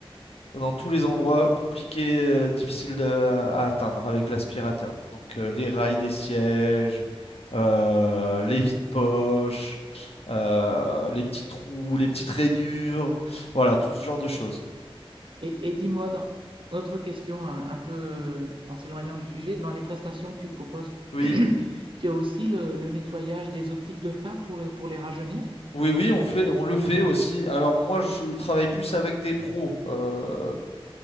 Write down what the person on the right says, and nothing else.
Et, et dis-moi, dans- autre question, un, un peu euh, en s'éloignant du sujet, dans les prestations que tu proposes,
<clears throat> tu as aussi le, le nettoyage des optiques de phare pour, le- pour les rajeunir?